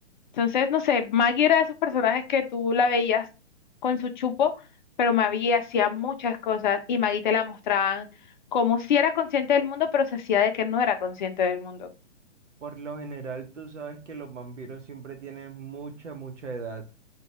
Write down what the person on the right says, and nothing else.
Por lo general, tú sabes que los vampiros siempre tienen mucha, mucha edad,